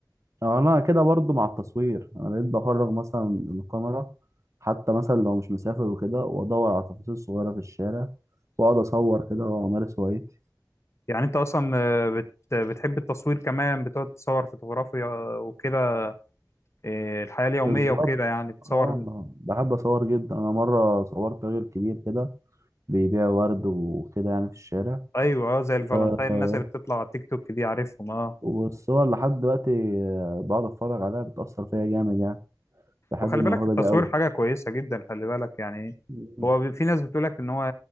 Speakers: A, on the right; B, on the left.
A: أو انا كده برضو مع التصوير انا بقيت بخرج مثلا الكاميرا حتى مثلا لو مش مسافر وكده وادور على التفاصيل الصغيره في الشارع واقعد اصور كده وامارس هوايتي
B: يعني أنت أصلا آه، بت بتحب التصوير كمان بتقعد تصور فوتوغرافيا وكده إيه الحياة اليومية
A: بالظبط
B: وكده يعني بتصور
A: اه بحب اصور جدا انا مره صورت راجل كبير كده بيبيع ورد وكده يعني في الشارع
B: أيوه آه، زي الفالنتين
A: آه،
B: الناس اللي بتطلع على التيك توك دي عارفهم أه
A: والصور لحد دلوقتي آه، بقعد اتفرج عليها بتاثر فيا جامد يعني بحب
B: وخلي
A: الموهبه
B: بالك التصوير
A: دي
B: حاجة كويسة جدا خلي بالك يعني إيه،
A: قوي
B: هو بي- في ناس بتقولك ان هو